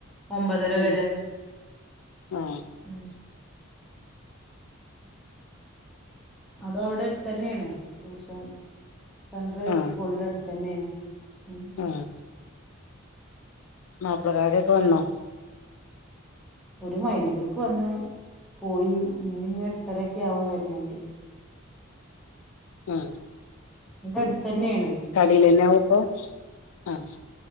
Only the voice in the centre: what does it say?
ഒമ്പതര
വരെ.
ഉം അത് അവിടെ അടുത്ത് തന്നെണ് ട്യൂഷൻ. <unintelligible>
സ്കൂളിന്റെ അടുത്ത് തന്നെണ്. ഉം
ഒരു <unintelligible> വന്ന് പോയി ഇഞ്ഞി എട്ടരൊക്കെ ആകും വരണെങ്കി.
ഇത് അടുത്ത് തന്നേണ്.